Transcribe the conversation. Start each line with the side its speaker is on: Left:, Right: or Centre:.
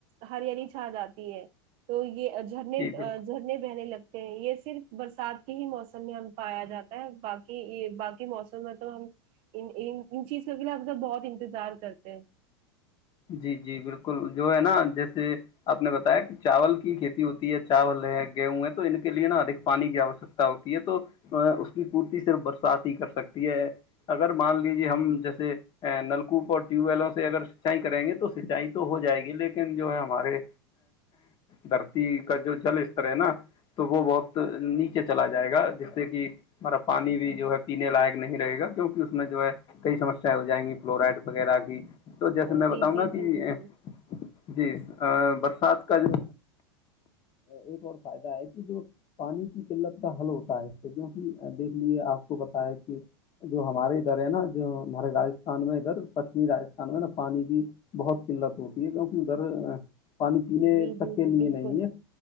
Right: ہر انینی چھا جاتی ہے تو یہ جھرنے
Left: جی بالکل
Right: جھرنے بہنے لگتے ہیں یہ صرف برسات کے ہی موسم میں ہم پایا جاتا ہے باق کہ یہ باقی موسم میں تو ہم ان ان چیزوں کے لیے ہم بہت انتظار کرتے ہیں
Left: جی جی بالکل جو ہے نا جیسے آپ نے بتایا کہ چاول کی کھیتی ہوتی ہے چاول ہے گیہوں ہے تو ان کے لیے نا ادک پانی کی آوشکتا ہوتی ہے تو اس کی پورتی صرف برسات ہی کر سکتی ہے اگر مان لیج ہم جیسے نلکوپ اور ٹیوب ویلوں سے اگر سینچائی کریں گے تو سینچائی تو ہو جائے گی لیکن لن جو ہے ہمارے دھرتی کا جو جل اس طر ہے نا تو وہ بہت نیچے چلا جائے گا جس سے کہ ہمارا پانی بھی جو ہے پینے لائق نہیں رہے گا کیوںکہ اس میں جو ہے کئی سمسیا ہو جائیں گی فلورائڈ وغیرہ کی تو جیسے میں
Right: جی
Left: بتاؤں
Right: جی
Left: گا کہ
Right: جی جی جی
Left: جی برسات کا جو یہ ب اور فائدا ہے کہ جو پانی کی قلت کا حل ہوتا ہے اس سے کیونکہ دیکھ لیجے آپ کو بتا ہے کہ جو ہمارے ادھر ہے نا جو ہمارے راج ان میں ادھر پشچمی راجستھان میں نا پانی کی بہت قلت ہوتی ہے کیونکہ ادھر پانی پینے
Right: جی
Left: تک
Right: جی
Left: کے
Right: جی
Left: لیے
Right: بالکل
Left: نہیں